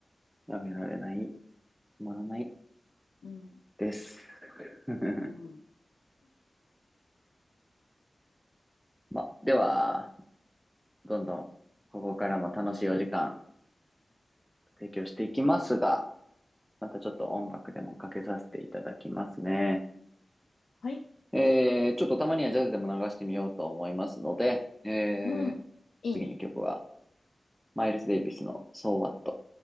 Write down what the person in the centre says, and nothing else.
やめられない。止まらない。
です。<laughs>
まあ、では、どんどん、ここからも楽しいお時間提供していきますが、またちょっと音楽でもかけさせていただきますね。
えー、ちょっとたまにはジャズでも流してみようと思いますので、えー、
次に曲は、マイルス・デイビスの So What